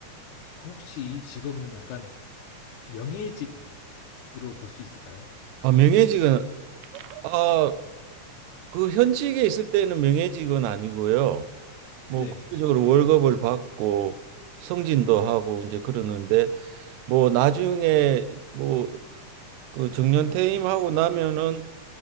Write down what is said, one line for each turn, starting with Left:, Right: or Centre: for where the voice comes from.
Left: 그럼 혹시 이 직업은 약간 명예직으로 볼 수 있을까요?
Right: 아 명예직은 아 그 현직에 있을 때는 명예직은 아니고요. 뭐
Left: 네.
Right: 국제적으로 월급을 받고 승진도 하고 이제 그러는데 뭐 나중에 뭐 그 정년 퇴임하고 나면은